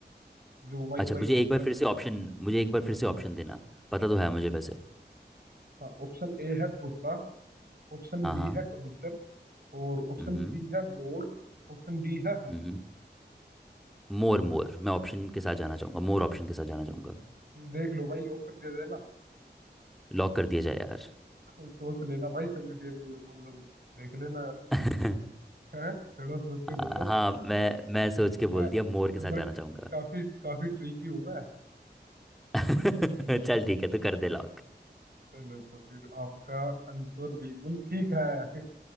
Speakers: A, on the right (about 65°); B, in the centre.
A: जो व्हाइट
B: अच्छा
A: व्हाइट
B: मुझे
A: होता
B: एक बार
A: है
B: फिर से ऑप्शन मुझे एक बार फिर से ऑप्शन देना पता तो है मुझे वैसे
A: हाँ ऑप्शन ए है तोता ऑप्शन
B: हाँ
A: बी
B: हाँ
A: है कबूतर और ऑप्शन
B: हम्म
A: सी है मोर ऑप्शन डी है हंस
B: हम्म मोर मोर मैं ऑप्शन के साथ जाना चाहूँगा मोर ऑप्शन के साथ जाना चाहूँगा
A: देख लो भाई लॉक कर दिया जाए ना
B: लॉक कर दिया जाए यार
A: <laughs> तो सोच लेना भाई कभी फिर मतलब देख लेना
B: <laughs>
A: है थोड़ा सोच के
B: आ,
A: बोलो
B: हाँ मैं मैं सोच के
A: मैं
B: बोल दिया मोर के साथ
A: मैं
B: जाना चाहूँगा
A: काफी काफी ट्रिकी हूँ मैं
B: <laughs> चल ठीक है तू कर दे लॉक
A: चलो तो फिर आपका आंसर बिल्कुल ठीक है <laughs>